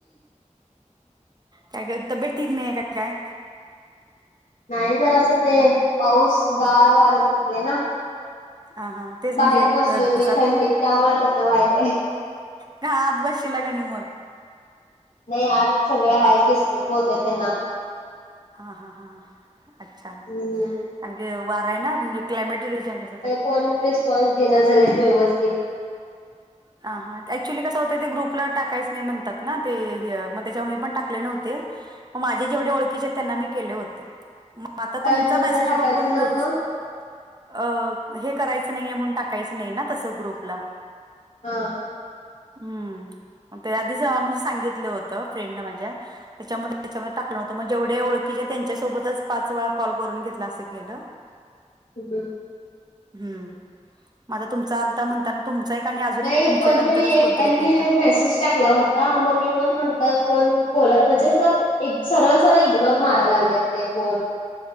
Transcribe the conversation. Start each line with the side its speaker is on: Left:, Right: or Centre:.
Right: काय ग तब्येत ठीक नाहीये का काय.
Left: नाही जरासं ते पाऊस गार वार सुटलंय ना.
Right: हा हा तेच
Left: बाहेर
Right: म्हणजे
Left: बसलोय
Right: घसा
Left: मी थंडीत त्यामुळे तसं व्हायलय.
Right: का आत बसशीला का नाही मग.
Left: नाही आत सगळे आहेत डिस्टर्ब होतय त्यांना.
Right: हा हा हां अच्छा
Left: हम्म.
Right: कारण की वारा आहे ना म्हणजे क्लायमेट चेंजेस होतं.
Left: <unintelligible> <unintelligible> देईना झाल्यात व्यवस्थित.
Right: ह हा ऍक्च्युली कसं होतं ते ग्रुपला टाकायच नाही म्हणतात ना ते हे मग त्याच्यावर मी पण टाकले नव्हते. मग माझे जेवढे ओळखीचे त्यांना मी केले होते मग आता
Left: काय
Right: तुमचा
Left: ग्रुपला
Right: मेसेज
Left: टाकायचं
Right: बघूनच.
Left: नव्हतं
Right: अ हे करायचं नाहीये म्हणून टाकायचं नाही ना तसं ग्रुपला.
Left: हा
Right: हम्म ते आधीच आम्ही सांगितलं होत फ्रेंड न माझ्या त्याच्याम त्याच्यामध्ये टाकलं होतं मग जेवढे ओळखीचे त्यांच्यासोबतच पाच वेळा कॉल करून घेतलं असं केलं.
Left: हम्म हम्म
Right: हम्म माझा तुमचा आलता म्हणता ना तुमचा एक आणि अजून एक.
Left: की
Right: तुमच्या
Left: कोणतरी
Right: नंतरच
Left: एक
Right: कोणतरी
Left: त्यांनी
Right: केलता
Left: मेसेज टाकला हो हा मग मी पण म्हंटलं कोण बोल म्हणजे अस सरळ सरळ इग्नोर मारायला लागलेत. ते कोण